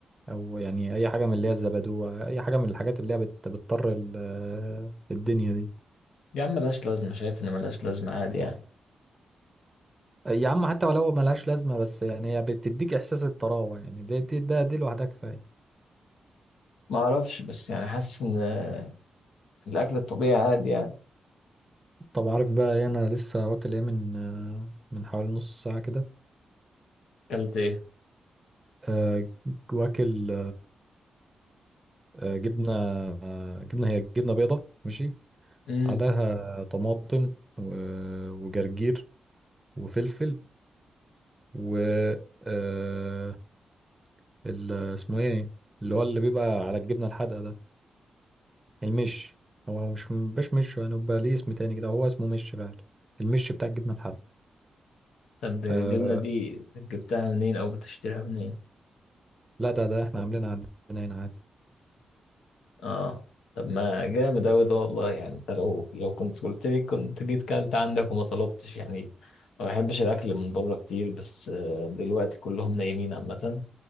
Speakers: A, on the right (about 20°); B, on the left (about 85°).
A: او يعني اي حاجه من اللي هي الزبادو اي حاجه من الحاجات اللي هي بت- بتطر ال- آه، الدنيا دي
B: يا عم ملهاش لازمه شايف ان ملهاش لازمه عادي يعني
A: يا عم حتى ولو ملهاش لازمه بس يعني هي بتديك احساس الطراوه يعني دي دي ده دي لوحدها كفايه
B: ما اعرفش بس يعني حاسس ان آه، الاكل الطبيعي عادي يعني
A: طب عارف بقى ايه انا لسه واكل ايه من آه، من حوالي نص ساعه كده
B: اكلت ايه
A: آه، واكل آه، جبنه آه، جبنه هي جبنه بيضه ماشي
B: امم
A: عليها طماطم و- وجرجير وفلفل و آه ال- اسمه ايه اللي هو اللي بيبقى على الجبنة الحادقة ده المش هو هو مش مش مش يعني بيبقى ليه اسم تاني كده هو اسمه مش فعلا المش بتاع الجبنة الحادقة
B: طب الجبنه
A: آه
B: دي جبتها منين او بتشتريها منين
A: لا ده ده احنا عاملينها عندنا هنا عادي
B: اه طب ما جامد أوي ده والله يعني انت لو لو كنت قلت لي كنت جيت كلت عندك وما طلبتش يعني ما بحبش الأكل من بره كتير بس آه، دلوقتي كلهم نايمين عامة